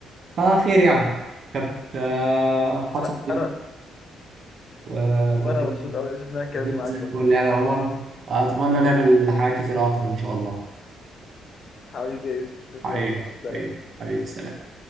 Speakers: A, on the right; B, on the left.
A: فخير يعني كانت آه، محادثه
B: انا
A: لطيفه
B: انا
A: وكانت
B: وانا
A: الدنيا
B: مبسوط قوي يا يوسف ان انا اتكلمت معاك
A: زي الفل
B: برضه
A: يعني عموما اتمنى نعمل حاجات كتير اكتر ان شاء الله
B: حبيبي يا يوسف يلا
A: حبيبي
B: مع السلامة
A: حبيبي حبيبي سلام